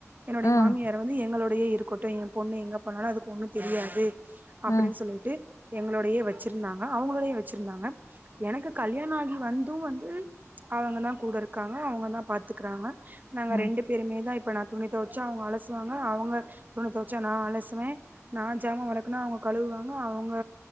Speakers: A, on the right; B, on the left.
A: என்னுடைய
B: ம்
A: மாமியார் வந்து எங்களோடையே இருக்கட்டும் என் பொண்ணு எங்க பொண்ணன்னும் அதுக்கு ஒண்ணு தெரியாது அப்டின்னு
B: ம்
A: சொல்லிட்டு எங்களோடையே வச்சிருந்தாங்க அவுங்களயே வச்சிருந்தாங்க எனக்கு கல்யாண ஆகி வந்தும் வந்து அவுங்க தா கூட இருக்காங்க அவுங்க தான் பாத்துக்கிறாங்க நாங்க
B: ம்
A: ரெண்டு பேருமே தான் இப்ப நா துணி துவச்சா அவுங்க அலசுவாங்க அவுங்க துணி துவச்சா நா அலசுவே நா சாமா விளக்குனா அவுங்க கழுவுவாங்க அவுங்க